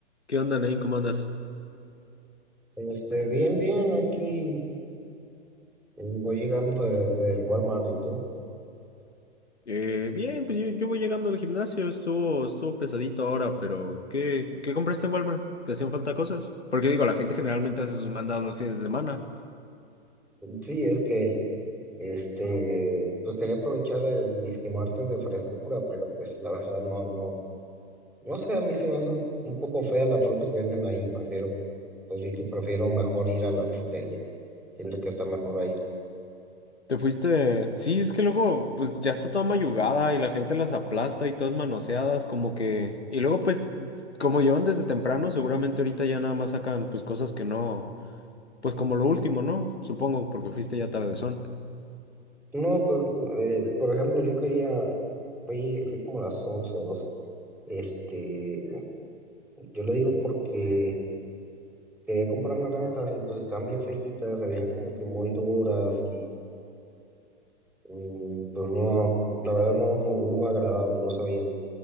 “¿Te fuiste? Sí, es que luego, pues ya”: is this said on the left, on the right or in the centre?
Left